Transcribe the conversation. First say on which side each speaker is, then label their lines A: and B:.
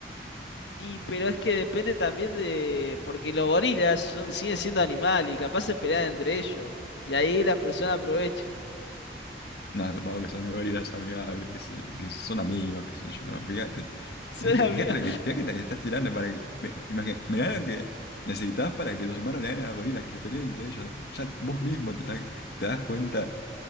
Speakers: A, on the left (about 80°); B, on the left (about 65°).
A: y, pero es que depende también de. Porque los gorilas son, siguen siendo animales y capaz se pelean entre ellos. Y ahí las personas aprovechan.
B: Nada, supongo que son gorilas amigables, que, se- que son amigos, qué sé yo, fíjate.
A: <laughs> Suena
B: Fíjate, fíjate
A: mío.
B: lo que, fíjate que te estás tirando para que. me- imagi- Mirá lo que necesitabas para que los humanos le ganen a los gorilas, que se peleen entre ellos. Ya vos mismo te, estás- te das cuenta